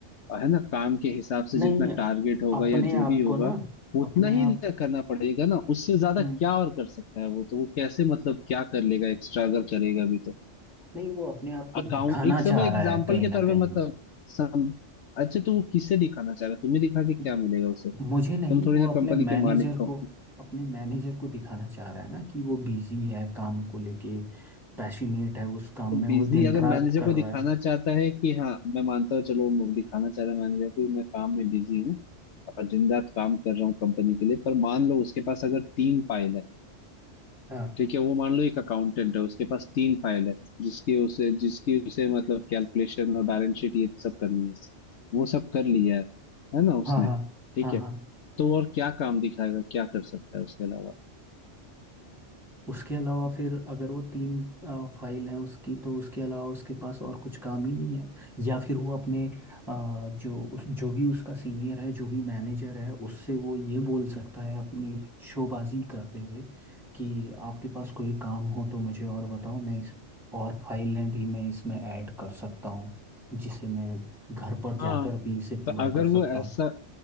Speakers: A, on the left; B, in the centre.
A: अ, है ना काम के हिसाब से जितना
B: नहीं
A: टारगेट होगा
B: अपने
A: या जो
B: आप
A: भी होगा
B: को ना
A: उतना
B: अपने आप
A: ही ना करना पड़ेगा ना उससे ज्यादा
B: हम्म।
A: क्या और कर सकता है वो तो वो कैसे मतलब क्या कर लेगा एक्स्ट्रा अगर करेगा भी तो
B: नहीं वो अपने आप को
A: अकाउंट
B: दिखाना
A: एक समय
B: चाह
A: एग्जाम्पल
B: रहा है कहीं
A: के
B: ना
A: तौर पे
B: कहीं
A: मतलब सम अच्छा तो वो किसे दिखाना चाह रहा है तुम्हें दिखा के क्या
B: म-
A: मिलेगा उसे तुम
B: मुझे नहीं
A: थोड़ी
B: वो
A: ना
B: अपने
A: कंपनी के
B: मैनेजर
A: मालिक हो
B: को अपने मैनेजर को दिखाना चाह रहा है ना कि वो बिजी है काम को लेके पैशनेट है उस काम
A: तो
B: में
A: बिजली
B: वो दिन
A: अगर
B: रात
A: मैनेजर
B: कर
A: को दिखाना
B: रहा है
A: चाहता है कि हाँ मैं मानता हूँ चलो वो दिखाना चाह रहा है मैनेजर को कि मैं काम में बिजी हूँ और दिन रात काम कर रहा हूँ कंपनी के लिए पर मान लो उसके पास अगर तीन फाइल है
B: हाँ
A: ठीक है वो मान लो एक अकाउंटेंट है उसके पास तीन फाइल है जिसकी उसे जिसकी उसे मतलब कैलकुलेशन और बैलेंस शीट ये सब करनी है वो सब कर लिया है है ना
B: हाँ
A: उसने
B: हाँ
A: ठीक
B: हाँ
A: है
B: हाँ
A: तो और क्या काम दिखाएगा क्या कर सकता है उसके अलावा
B: उसके अलावा फिर अगर वो तीन अ, फाइल है उसकी तो उसके अलावा उसके पास और कुछ काम ही नहीं है या फिर वो अपने अ, जो उस जो भी उसका सीनियर है जो भी मैनेजर है उससे वो ये बोल सकता है अपनी शोबाजी करते हुए कि आपके पास कोई काम हो तो मुझे और बताओ मैं इस और फाइलें भी मैं इसमें ऐड कर सकता हूँ जिसे मैं घर पर जाकर
A: हाँ
B: भी इसे
A: तो
B: पूरा
A: अगर
B: कर सकता
A: वो ऐसा
B: हूँ